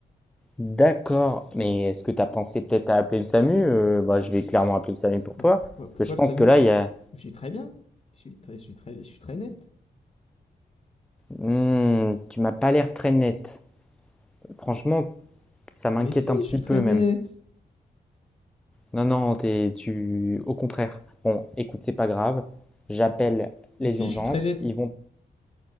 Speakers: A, in the centre; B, on the left.
A: D'accord, mais est-ce que tu as pensé peut-être à appeler le SAMU? Euh, bah, je vais clairement appeler le SAMU pour
B: Pourquoi,
A: toi.
B: pourquoi, pourquoi
A: Parce que je
B: le
A: pense
B: SAMU?
A: que là, il y a,
B: Je suis très bien. Je suis très, je suis très, je suis très net.
A: Hmm, tu m'as pas l'air très net. Franchement, ça
B: Mais,
A: m'inquiète
B: mais si,
A: un petit
B: je suis
A: peu
B: très
A: même.
B: net.
A: Non, non, t'es, tu, au contraire. Bon, écoute, c'est pas grave. J'appelle
B: Mais
A: les
B: si,
A: urgences.
B: je suis très net.
A: Ils vont.